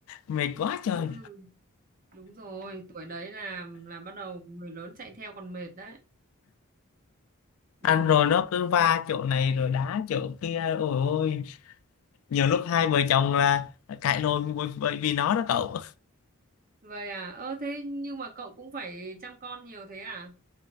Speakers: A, on the left; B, on the right.
A: mệt quá trời
B: Ừ, đúng rồi, tuổi đấy là là bắt đầu người lớn chạy theo còn mệt đấy. Ừ,
A: ăn rồi nó cứ va chỗ này rồi đá chỗ kia ôi ôi nhiều lúc hai vợ chồng là cãi lộn bởi bởi vì nó đó cậu
B: vậy à, ơ thế nhưng mà cậu cũng phải chăm con nhiều thế à?